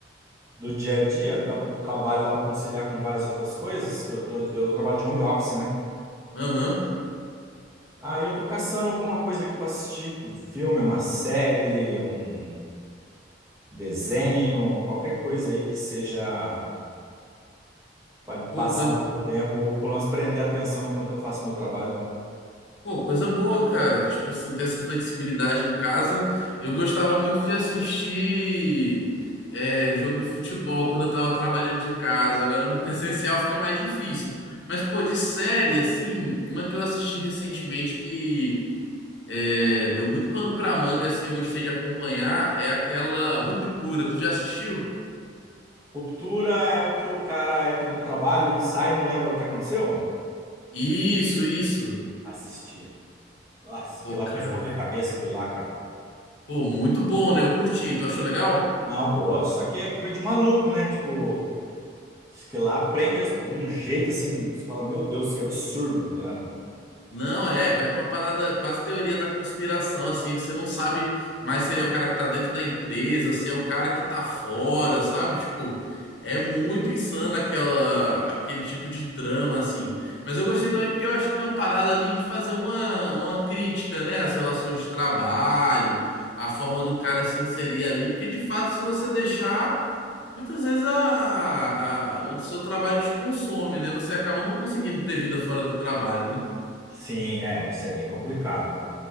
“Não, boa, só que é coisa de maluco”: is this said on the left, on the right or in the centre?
Right